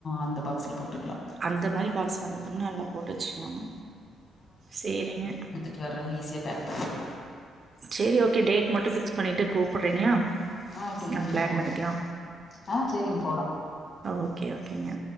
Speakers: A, on the left; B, on the right.
A: அந்த பாக்ஸ்ல போட்டுக்கலாம்
B: அந்த மாரி பாக்ஸ் வாங்கிட்டோம்னா நல்லா போட்டு வச்சுக்லாங்க செரிங்க
A: ட்டு வர்றே ஈஸியா பேக் பண்ணிக்கலா
B: சேரி ஓகே டேட் மட்டு ஃபிக்ஸ் பண்ணிட்டு கூப்பிட்றீங்களா
A: ஆ சரிங்க
B: நம்ம பிளான்
A: ஓகே
B: பண்ணிக்கலா
A: ஆ சரிங்க போலாம்
B: ஓகே ஓகேங்க